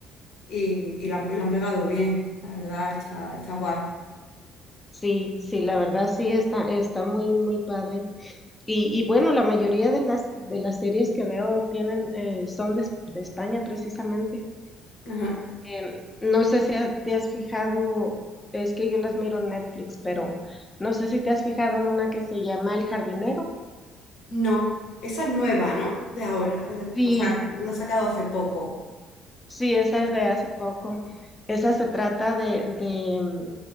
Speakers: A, on the left; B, on the left.
A: y, y la han, la han pegado bien, la verdad, está, está guay.
B: Sí, sí, la verdad sí está, está muy, muy padre. Y, y bueno, la mayoría de las, de las series que veo tienen, eh, son de, de España precisamente.
A: Ajá.
B: Em, no sé si has- te has fijado, es que yo las miro en Netflix, pero no sé si te has fijado en una que se llama El Jardinero.
A: No, esa es nueva, ¿no? De ahora, eh,
B: Sí,
A: o sea, la ha sacado hace poco.
B: sí, esa es de hace poco. Esa se trata de, de em,